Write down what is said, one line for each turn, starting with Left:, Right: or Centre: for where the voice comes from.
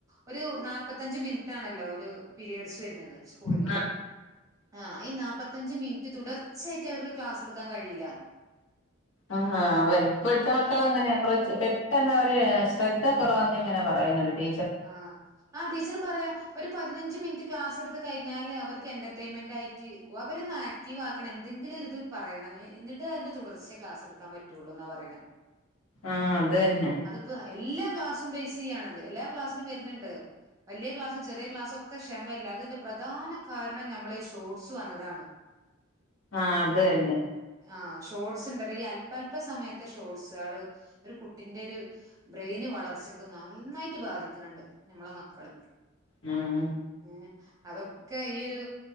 Right: ഒരു നാല്പത്തഞ്ച് മിനിറ്റ്ണല്ലോ ഒരു പിരിയേഡ്സ് വരുന്നത് സ്കൂളില്
Left: ആ
Right: ആഹ് ഈ നാല്പ്പത്തഞ്ച് മിനിറ്റ്. തുടർച്ചയട്ട് അവർക്ക് ക്ലാസ് എടുക്കാൻ കഴിയില്ല.
Left: ആഹ് അവര ഇപ്പോഴത്തെ മക്കൾ അങ്ങനെയ. കുറ പെട്ടെന്ന് അവര് ശ്രദ്ധ കുറവന്ന് ഇങ്ങനെ പറയുന്നുണ്ട്. ടീ
Right: ആഹ് ആഹ് ടീച്ചർ പറയാ. ഒരു പതിനഞ്ച് മിനിറ്റ് ക്ലാസ് എടുത്ത് കഴിഞ്ഞാല് അവർക്ക് എന്റർടൈയിൻമെന്റ് ആയിട്ട് അവരൊന്നാ ക്റ്റീവാക്കണം എന്തെങ്കിലും ഇരിത് പറയണം എന്നിട്ട് അതിന്റെ തുടർച്ച ക്ലാസ് എടുക്കാൻ പറ്റുവുള്ളൂ എന്നാ പറയണ്.
Left: ആഹ് അത് തന്നെ
Right: ഇപ്പൊ എല്ലാ ക്ലാസ്സും ബേസ് ചെയ്യണത് എല്ലാ ക്ലാസ്സിലും വരുന്ന്ണ്ട്. വലിയ ക്ലാസ്സും ചെറിയ ക്ലാസ്സും ഒക്കെ ക്ഷമയല്ല അതിന്റെ പ്രധാന കാരണം നമ്മള ഈ ഷോർട്സ് വന്നതാണ്. <inaudible>
Left: ആഹ് അത് തന്നെ
Right: ആഹ് ഷോട്സ് ണ്ടല്ലോ ഈ അല്പ അല്പ സമയത്തെ ഷോർട്സേള് ഒരു കുട്ടിന്റെരു ബ്രെയിന് വളർച്ച ക്ക് നന്നായിട്ട് ബാധിക്ക്ണ് ണ്ട് ഞമ്മളെ മക്കള്ക്ക്
Left: ഉം
Right: ഉം അതൊക്കെ ഈ ഒരു